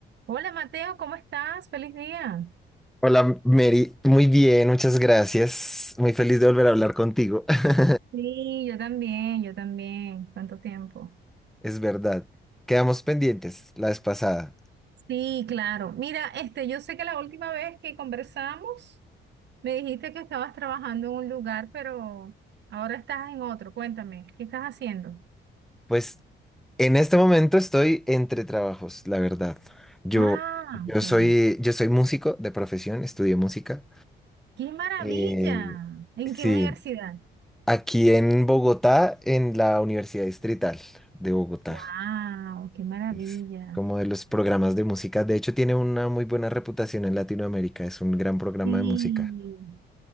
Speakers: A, on the right; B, in the centre.
A: Hola Mateo, ¿cómo estás? Feliz día.
B: Hola Mary, muy bien, muchas gracias. Muy feliz de volver a hablar contigo. <laughs>
A: Sí, yo también, yo también. ¿Cuánto tiempo?
B: Es verdad, quedamos pendientes la vez pasada.
A: Sí, claro. Mira, este, yo sé que la última vez que conversamos me dijiste que estabas trabajando en un lugar, pero ahora estás en otro. Cuéntame, ¿qué estás haciendo?
B: Pues en este momento estoy entre trabajos, la verdad. Yo,
A: Ah,
B: yo
A: ok.
B: soy, yo soy músico de profesión, estudié música.
A: ¡Qué maravilla!
B: Eh,
A: ¿En
B: sí,
A: qué universidad?
B: aquí en Bogotá, en la Universidad Distrital de Bogotá.
A: ¡Wow! ¡Qué maravilla!
B: Es como de los programas de música. De hecho, tiene una muy buena reputación en Latinoamérica. Es un gran programa
A: Sí.
B: de música.